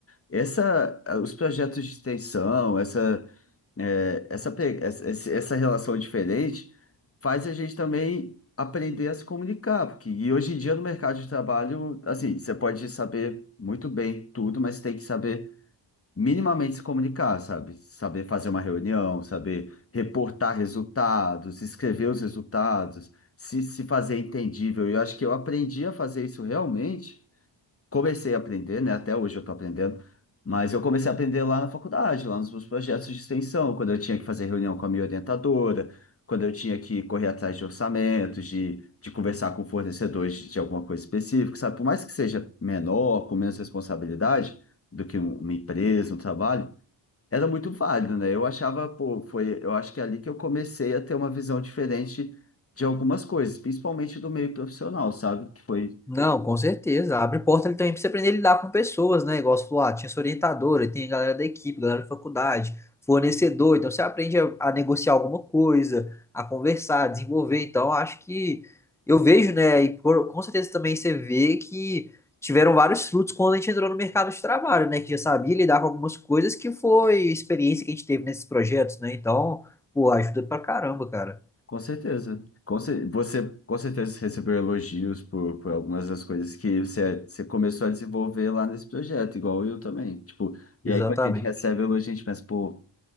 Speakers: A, on the left; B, in the centre.
A: Essa, eh, os projetos de extensão, essa, eh, essa, pe- essa, esse- essa relação diferente faz a gente também aprender a se comunicar, porque, e hoje em dia no mercado de trabalho, assim, você pode saber muito bem tudo, mas tem que saber minimamente se comunicar, sabe? Saber fazer uma reunião, saber reportar resultados, escrever os resultados, se, se fazer entendível. E eu acho que eu aprendi a fazer isso realmente comecei a aprender, né? Até hoje eu estou aprendendo, mas eu comecei a aprender lá na faculdade, lá nos meus projetos de extensão, quando eu tinha que fazer reunião com a minha orientadora, quando eu tinha que correr atrás de orçamentos, de, de conversar com fornecedores de, de alguma coisa específica, sabe? Por mais que seja menor, com menos responsabilidade do que um- uma empresa, um trabalho, era muito válido, né? Eu achava, pô, foi, eu acho que é ali que eu comecei a ter uma visão diferente de algumas coisas, principalmente do meio profissional, sabe? Que foi
B: Não, com certeza. Abre porta ali também pra você aprender a lidar com pessoas, né? Igual você falou, ah, tinha sua orientadora, tem a galera da equipe, galera da faculdade, fornecedor. Então você aprende a, a negociar alguma coisa, a conversar, a desenvolver. Então acho que eu vejo, né? E por- com certeza também você vê que tiveram vários frutos quando a gente entrou no mercado de trabalho, né? Que já sabia lidar com algumas coisas que foi experiência que a gente teve nesses projetos, né? Então, pô, ajuda pra caramba, cara.
A: Com certeza. Com cer- Você com certeza recebeu elogios por, por algumas das coisas que você, você começou a desenvolver lá nesse projeto, igual eu também. Tipo,
B: Exatamente.
A: e aí quando a gente recebe elogio, a gente pensa, pô,